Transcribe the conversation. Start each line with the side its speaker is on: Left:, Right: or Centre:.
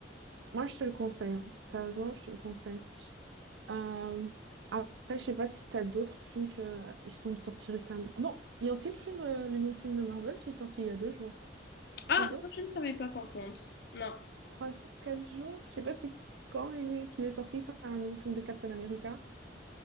Right: Moi, je te le conseille, hein. Sérieusement, je te le conseille. Euh, après, je sais pas si t'as d'autres films que euh, ils sont sortis récemment. Bon, il y a aussi le film, euh, le nouveau film de Marvel qui est sorti il y a deux jours,
Left: Ah,
Right: trois jours,
Left: ça, je ne savais pas par contre. Non.
Right: trois jours, quatre jours. Je sais pas c'est quand il est, qu'il est sorti. C'est un nouveau film de Captain America.